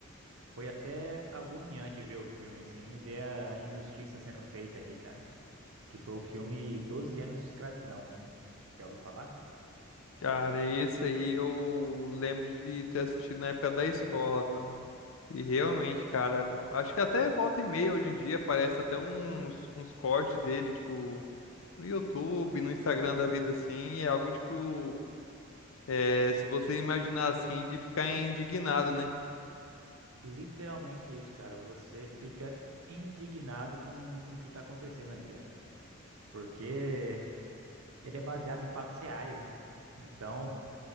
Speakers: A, on the right; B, on the left.
A: foi até agoniante ver o filme, assim, e ver a injustiça sendo feita ali, cara. Que foi o filme Doze anos de escravidão, velho. Já ouviu falar?
B: Cara, esse aí eu lembro de ter assistido na época da escola, mano. E realmente, cara, acho que até volta e meia hoje em dia aparece até uns, uns cortes dele, tipo, no YouTube, no Instagram da vida assim. É algo tipo, é, se você imaginar assim, de ficar indignado, né?
A: Literalmente isso, cara. Você fica indignado com, com o que tá acontecendo ali, velho. Porque ele é baseado em fatos reais, né, cara? Então,